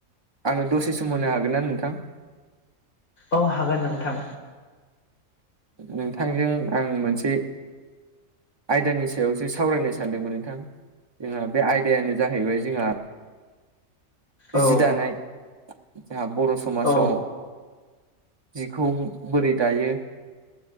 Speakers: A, on the right; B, on the left.
A: आंनो दसे सम होनो हागोन ना नोंथां
B: औ हागोन नोंथां
A: नोंथांजों आं मोनसे आयदानि सायावसो सावरायनो सानदोंमोन नोंथां। जोंहा बे आयदायानो जाहैबाय जोंहा
B: औ
A: जि दानाय जोंहा बर' समाजाव
B: औ
A: जिखौ बोरै दायो।